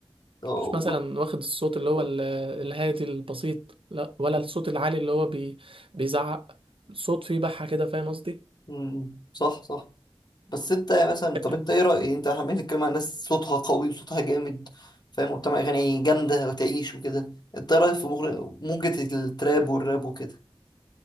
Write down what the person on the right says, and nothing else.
مش مثلا
واخد الصوت اللي هو ال- الهادي البسيط لا ولا
الصوت العالي اللي هو بي بيزعق صوت فيه بحة كده فاهم قصدي
<clears throat>